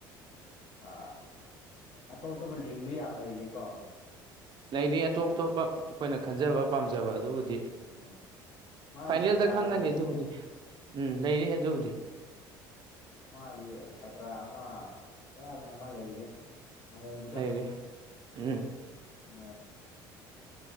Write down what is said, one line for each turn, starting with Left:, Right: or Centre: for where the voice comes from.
Left: ꯑ ꯑꯇꯣꯞ ꯑꯇꯣꯞꯄ ꯂꯤꯡꯕ ꯌꯥꯝ ꯂꯩꯔꯤꯀꯣ
Right: ꯂꯩꯅꯤ ꯑꯇꯣꯞ ꯑꯇꯣꯞꯄ ꯑꯩꯈꯣꯏꯅ ꯈꯟꯖꯕ ꯄꯥꯝꯖꯕ ꯑꯗꯨꯕꯨꯗꯤ
Left: ꯎꯝ ꯃꯥꯒꯤ
Right: ꯐꯥꯏꯅꯦꯜꯗ
Left: ꯁꯥꯇ꯭ꯔꯥ
Right: ꯈꯪꯉꯅꯤ
Left: ꯂꯩꯔꯤꯁꯤꯗꯤ
Right: ꯑꯗꯨꯕꯨꯗꯤ ꯎꯝ ꯂꯩꯔꯤ ꯑꯗꯨꯕꯨꯗꯤ
Left: ꯃꯥꯒꯤ ꯁꯥꯇ꯭ꯔ ꯑꯃ ꯄꯨꯔꯥ ꯑꯃ ꯂꯩꯔꯤ ꯑꯃꯨꯕꯨꯗ
Right: ꯂꯩꯔꯤ ꯎꯝ
Left: ꯑ